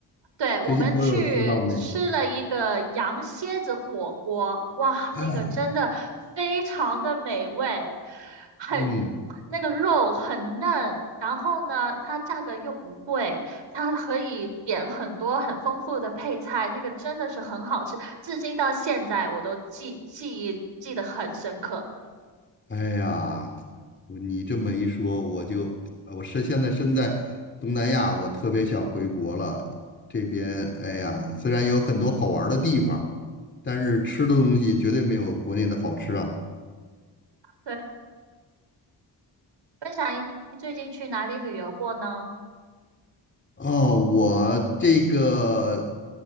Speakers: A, on the right; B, on the left.
A: 对，我们去吃了一个羊蝎子火锅，
B: 这些都有吃到没？
A: 哇，那个真的非常的美味，
B: 哎
A: 很，
B: 嗯。
A: 那个肉很嫩，然后呢，它价格又不贵，它可以点很多很丰富的配菜，那个真的是很好吃，至今到现在我都记记忆记得很深刻。
B: 哎呀，你这么一说，我就呃我是现在身在东南亚，我特别想回国了。这边哎呀，虽然有很多好玩儿的地方，但是吃的东西绝对没有国内的好吃啊。
A: 对，分享一你最近去哪里旅游过呢？
B: 哦，我这个